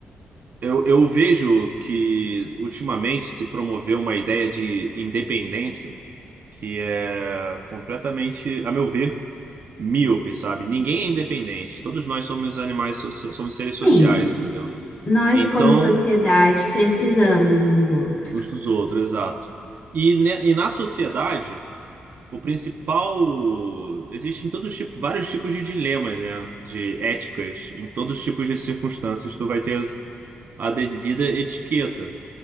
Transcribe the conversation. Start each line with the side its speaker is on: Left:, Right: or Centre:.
Right: eu, eu vejo que ultimamente se promoveu uma ideia de independência que é completamente, a meu ver, míope, sabe? Ninguém é independente. Todos nós somos animais, socia- somos seres sociais,
Left: sim.
Right: entendeu?
Left: Nós,
Right: Então,
Left: como sociedade, precisamos um do outro.
Right: uns dos outros, exato. E, ne- e na sociedade, o principal. Existem todos tipo, vários tipos de dilemas, né? De éticas. Em todos os tipos de circunstâncias, tu vai ter a devida etiqueta.